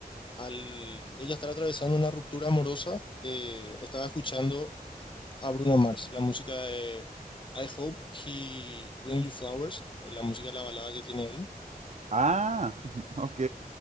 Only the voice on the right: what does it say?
Ah, <laughs> ok.